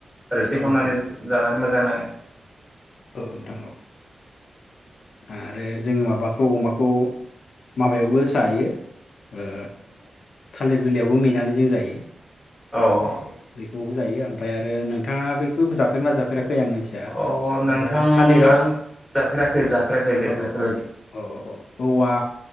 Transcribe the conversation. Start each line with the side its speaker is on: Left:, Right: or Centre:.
Centre: रोसि
Left: नोंथां
Centre: खामनानै जानानै मोजां नाङो
Left: औ नोंथां औ आरो जोङो माबाखौ अमाखौ माबायावबो जायो ओ थालिर बिलाइयावबो मेनानै जों जायो
Centre: औ औ
Left: बेखौबो जायो ओमफ्राय आरो नोंथाङा बेखौ जाफेरो ना जाफेरा फैफेराखै आं मोनथिया
Centre: औ अ नोंथां
Left: थालिराव
Centre: आं जाफेराखै जाफेराखै बे
Left: औ
Centre: बेफोरबायदि
Left: औ औवा